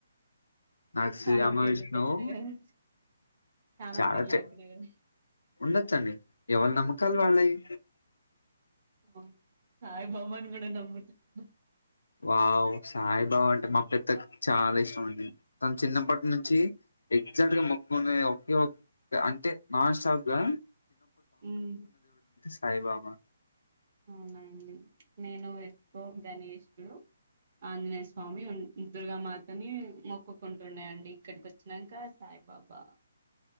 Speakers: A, on the left; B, on the right.
A: నాక్ శ్రీరామవిష్ణువు
B: చాలా పేర్లు చెప్పినా గదా! చాలా
A: చాలాచే
B: పేర్లు చెప్పినా గదా!
A: ఉండొచ్చండి ఈవాళ నమ్మకం కల్వాలేయి
B: అవును సాయిబాబాని గూడ నమ్ముత నేను
A: వావ్ సాయిబాబా అంటే మా పెద్దక్కకి చాలా ఇష్టం అండి తను చిన్నప్పటి నుంచి ఎగ్జాక్ట్ గా మొక్కునే ఒకేఒక్ అంటే నాన్ స్టాప్గా.
B: మ్
A: సాయిబాబా
B: అవునా అండి నెేనువె ఓం గణేశుడు, ఆంజనేయస్వామి వున్, దుర్గామాతని మొక్కుకుంటుండే అండి ఇక్కడికి వచ్చినంక సాయిబాబా.